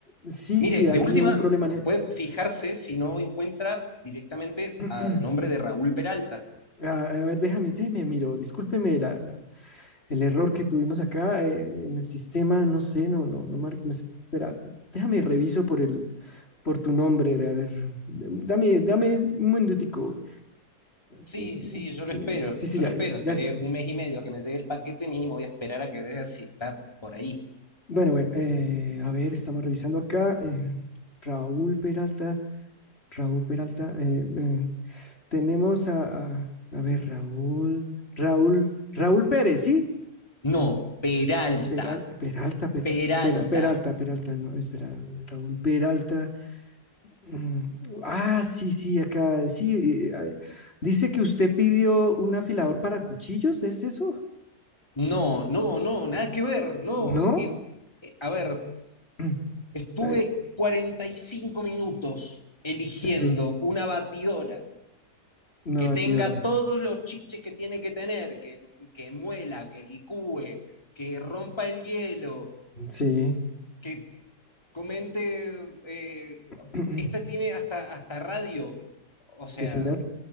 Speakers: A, on the left; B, on the left.
A: sí,
B: Mire,
A: sí, aquí
B: de última,
A: hubo un problema. en el-
B: puede fijarse si no encuentra directamente
A: <clears throat>
B: a nombre de Raúl Peralta.
A: Ah, a ver, déjame, déjeme, miro. Discúlpeme la, la- El error que tuvimos acá eh, en el sistema, no sé, no, no, no marca. Espera, déjame reviso por el, por tu nombre, a ver. Dame, dame un minutico.
B: Sí,
A: Tin, tin,
B: sí, yo lo
A: eh,
B: espero,
A: Sí, sí,
B: yo
A: ya,
B: lo espero.
A: ya,
B: Esperé
A: ya sé.
B: un mes y medio a que me llegue el paquete, mínimo voy a esperar a que vea si está por ahí.
A: Bueno, bueno, eh, a ver, estamos revisando acá. eh, Raúl Peralta, Raúl Peralta. eh, eh, tenemos a, a, a ver, Raúl, Raúl, Raúl Pérez, ¿sí?
B: No, Peralta,
A: Peral- Peralta, per-
B: Peralta.
A: Pera- Peralta, Peralta, no, espera, Raúl Peralta. Mm, Ah, sí, sí, acá, sí. eh, eh, Dice que usted pidió un afilador para cuchillos, ¿es eso?
B: No, no, no, nada que ver, no.
A: ¿No?
B: eh, eh, a ver,
A: <clears throat> Mm,
B: Estuve
A: eh,
B: 45 minutos eligiendo
A: sí, sí,
B: una batidora
A: una
B: que
A: batidora.
B: tenga todos los chiches que tiene que tener, que, que muela, que licúe, que rompa el hielo,
A: Sí,
B: que comente, eh,
A: <clears throat>
B: esta tiene hasta, hasta radio, o sea,
A: sí, señor.